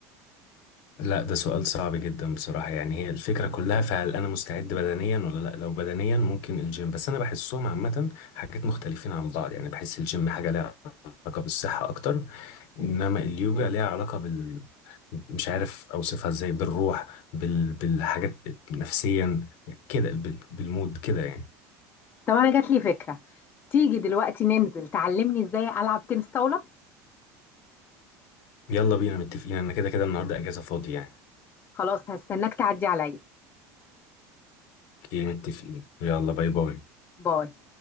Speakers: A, on the left; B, on the left.
A: لا ده سؤال صعب جدا بصراحة يعني هي الفكرة كلها فهل انا مستعد بدنيا ولا لا لو بدنيا ممكن الجيم بس انا بحسهم عامة حاجات مختلفين عن بعض يعني بحس الجيم حاجة ليها علاقة بالصحة اكتر انما اليوجا ليها علاقة بال مش عارف اوصفها ازاي بالروح بال... بالحاجات نفسيا كده بال... بالمود كده يعني
B: طب انا جات لي فكرة تيجي دلوقتي ننزل تعلمني ازاي العب تنس طاولة
A: يلا بينا متفقين انا كده كده النهارده اجازه فاضي يعني
B: خلاص هستناك تعدي عليا
A: اوكي متفقين يلا باي باي
B: باي